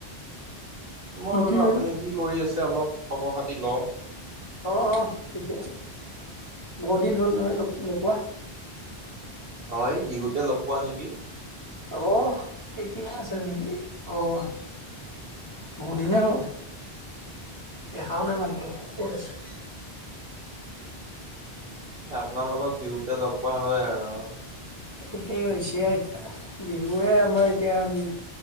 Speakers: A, on the right; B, on the left.
A: মই
B: বাকী
A: বোলো
B: আৰু
A: আপুনি কি কৰি আছে অলপ খবৰ খাতি লওঁ।
B: অ অ, ঠিকে আছে। বহুত দিন হ'ল নহয় লগ নোপোৱা।
A: অ এই বিহুতে লগ পোৱা নেকি?
B: অহ তেতিয়া আছিল নেকি অহ। বহুত দিনে হ'ল। দেখাও নাই মানুটো
A: অ'।
B: কত আছে।
A: আপোনালোকক বিহুতে লগ পোৱা হয় আৰু।
B: এই সেই হৈছে এতয়া। বিহুৱে আমাৰ এতিয়া আমি